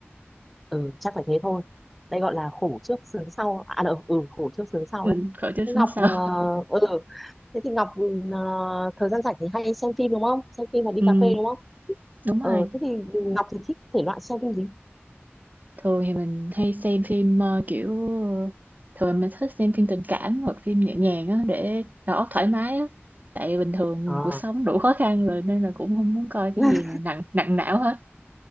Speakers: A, in the centre; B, on the right.
A: ừ chắc phải thế thôi đây gọi là khổ trước sướng sau à đâu, ừ khổ trước sướng sau
B: Ừm,
A: đấy
B: khỏi chơi
A: thế
B: xuống
A: Ngọc
B: sau.
A: ờ, ừ thế thì Ngọc ừ, ờ, thời gian rảnh thì hay xem phim đúng không xem phim và đi
B: Ừm,
A: cà phê đúng không
B: đúng
A: ờ
B: rồi.
A: thế thì Ngọc thì thích thể loại xem phim gì
B: Thường thì mình hay xem phim ờ, kiểu thường mình thích xem phim tình cảm hoặc phim nhẹ nhàng á để đầu óc thoải mái á. Tại bình thường
A: ờ
B: cuộc sống đủ khó khăn rồi nên là cũng không muốn coi cái
A: <laughs>
B: gì nặng nặng não hết.